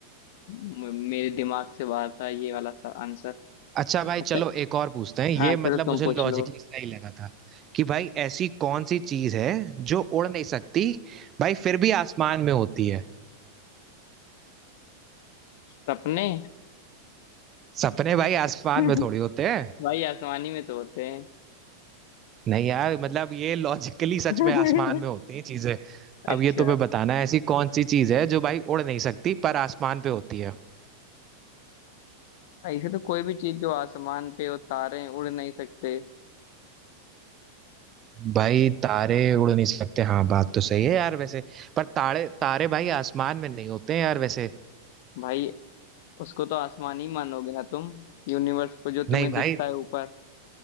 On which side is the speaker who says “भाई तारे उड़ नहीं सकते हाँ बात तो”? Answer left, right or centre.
Right